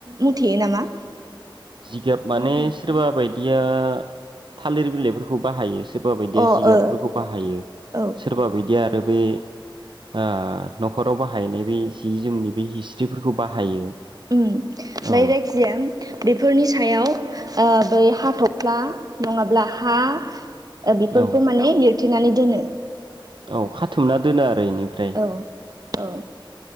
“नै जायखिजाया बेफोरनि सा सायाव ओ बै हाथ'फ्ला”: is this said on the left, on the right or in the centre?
Right